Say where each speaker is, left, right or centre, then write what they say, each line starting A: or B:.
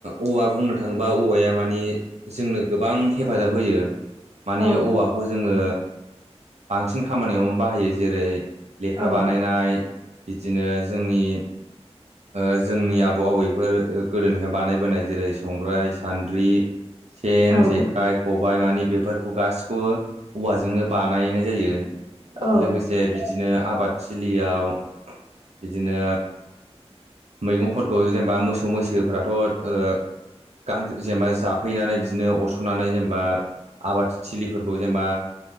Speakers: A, on the right (about 80°); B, on the right (about 45°).
A: औवा बुंनो थाङोबा औवाया माने जोंनो गोबां हेफाजाब होयो। माने
B: औ
A: औवाखौ जोङो बांसिन खामानियावनो बाहायो जेरै लेखा
B: औ
A: बानायनाय बिदिनो जोंनि ओ जोंनि आबौ आबैफोर ओ गोदोनिफ्राय बानायबोनाय जेरै संग्राय सान्द्रि सेन
B: औ नंगौ
A: जेखाइ खबाय मानि बेफोरखौ गासिखौबो औवाजोंनो बानायनाय जायो।
B: औ
A: लोगोसे बिदिनो आबाद थिलियाव बिदिनो मैगंफोरखौ जेनेबा मोसौ मैसोफोराथ' ओ गां जेनेबा जाफैनानै बिदिनो अरस'नानै जेनेबा आबाद थिलिफोरखौ जेनेबा